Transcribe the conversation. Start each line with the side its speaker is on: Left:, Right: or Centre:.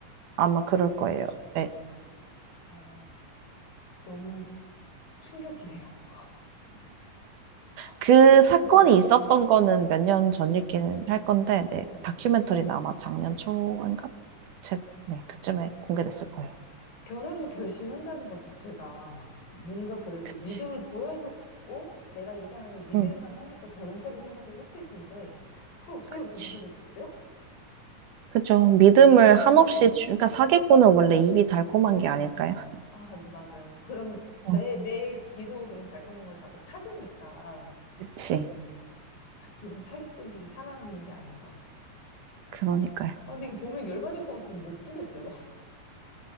Right: 아마 그럴 거예요. 네.
Left: 아, 너무 충격이에요. <laughs>
Right: 그
Left: 아니,
Right: 사건이
Left: 네,
Right: 있었던 거는 몇 년 전이긴 할 건데, 네.
Left: 네.
Right: 다큐멘터리는 아마 작년 초인가? 제, 네, 그쯤에 공개됐을 거예요.
Left: 결혼을 결심한다는 것 자체가 뭔가 그래도
Right: 그치.
Left: 믿음을 보여줬고 내가 이 사람이 믿을
Right: 응,
Left: 만하니까 결혼까지 생각을 했을 텐데 그걸 어떻게
Right: 그치.
Left: 그렇게 다속였죠?
Right: 그죠. 믿음을 한없이,
Left: 네.
Right: 주, 그러니까 사기꾼은 원래 입이 달콤한 게 아닐까요?
Left: 아, 근데 맞아요. 그런 내,
Right: 어.
Left: 내 귀도 그런 달콤한 걸 자꾸 찾으니까
Right: 그치.
Left: 이런 사기꾼들이 살아남는 게 아닌가.
Right: 그러니까요.
Left: 아, 근데 이거 보면 열받을 것 같아서 못 보겠어요. <laughs>